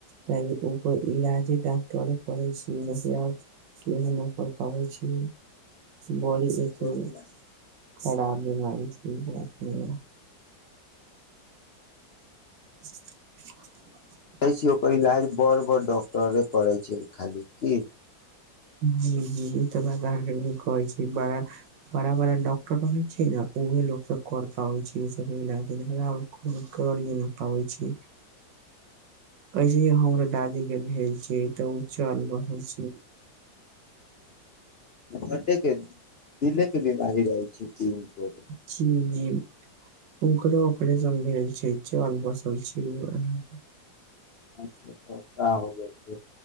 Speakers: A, on the right; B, on the left.
A: त ओकर इलाज डाकटरे करै छै ने आब। केहो न कर पाबै छी, बड़ी एगो
B: ओकर इलाज
A: खराब बिमारी छै अपने <inaudible>
B: कहै छ ओकर इलाज बड़-बड़ डॉक्टरे करै छै खाली की
A: जी-जी ई तऽ बात अहाँके कहै छी बड़ा बड़ा-बड़ा डॉक्टर होइ छै ने ओहि सब कर पाबै छै सब इलाज को कर नै पाबै छै। ऐसेही हमरो दादी के भेल छी तऽ ओ चल रहल छै।
B: कथिके दिले के बीमारी रहल छै हुनको
A: जी-जी ओकरो ऑपरेशन भेल छै, चल बसल छै ओहे मे।
B: अच्छा तऽ कऽ हो गेल फेर।